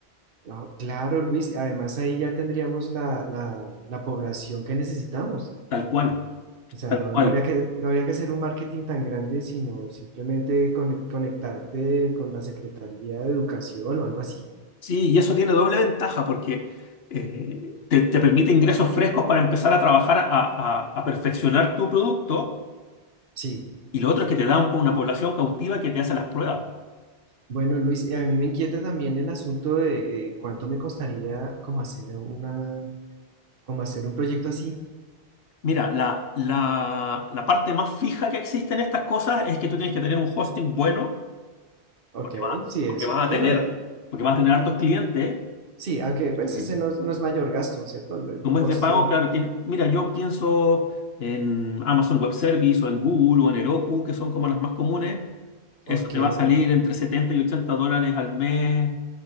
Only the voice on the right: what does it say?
Ah, claro, Luis, además ahí ya tendríamos la, la- la población que necesitamos.
O sea,
no,
no habría que, no habría que hacer un marketing tan grande, sino simplemente con- conectarte con la Secretaría de Educación o algo así.
Sí.
Bueno, Luis, eh, a mí me inquieta también el asunto de eh, cuánto me costaría como hacer una, como hacer un proyecto así.
Ok,
sí,
eso.
Bueno, eh,
sí, aunque pues
ese no, es no es mayor gasto, ¿cierto? El
hosting.
Ok,